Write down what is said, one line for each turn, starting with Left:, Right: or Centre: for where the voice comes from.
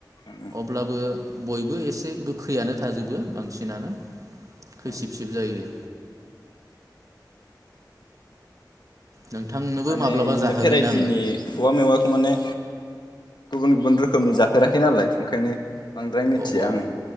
Left: ओं
Right: अब्लाबो बयबो एसे गोखैयानो थाजोबो बांसिनानो खैसिब
Left: औ
Right: सिब जायो नोंथांनोबो
Left: माने
Right: माब्लाबा
Left: इदिनो
Right: जाहोगोन
Left: भेराइटिनि
Right: आङो
Left: औवा मेवाखौ माने गुबुन गुबुन रोखोमनि जाफेराखै नालाय ओंखायनो बांद्राय मिथिया
Right: औ औ
Left: आङो